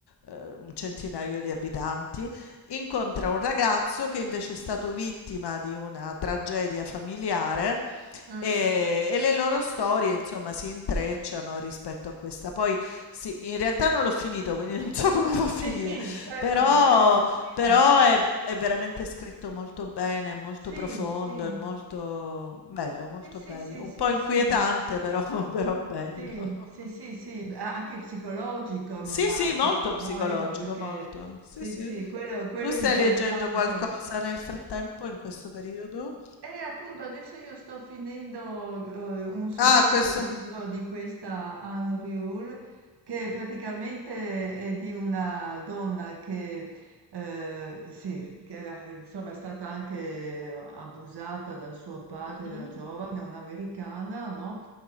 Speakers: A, on the left; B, on the right.
A: eh, un centinaio di abitanti, incontra un ragazzo che invece è stato vittima di una tragedia familiare
B: Mh?
A: e, e le loro storie, insomma, si intrecciano rispetto a questa. Poi, sì, in realtà non l'ho finito, quindi non so <laughs> come va a finire,
B: Sì, sì, certo,
A: però,
B: non sai come finirà.
A: però è, è veramente scritto molto bene, è molto
B: Sì,
A: profondo,
B: sì,
A: è molto bello, molto
B: sì, sì,
A: bello.
B: sì,
A: Un
B: sì,
A: po' inquietante,
B: sì,
A: però, <laughs> però bello.
B: sì, sì,
A: <laughs>
B: sì, sì, beh, a- anche psicologico
A: Sì,
B: mi immagino,
A: sì, molto psicologico,
B: no? Ecco perché
A: molto. Sì,
B: sì,
A: sì.
B: sì, quello, quello
A: Tu
B: è
A: stai
B: interessante.
A: leggendo qualcosa nel frattempo, in questo periodo?
B: E appunto adesso io sto finendo eh, un secondo
A: Ah, questo.
B: libro di questa Anne Riul che praticamente è di una donna che, eh, sì, che eh, insomma è stata anche abusata da suo padre
A: Mhm,
B: da giovane, un'americana, no?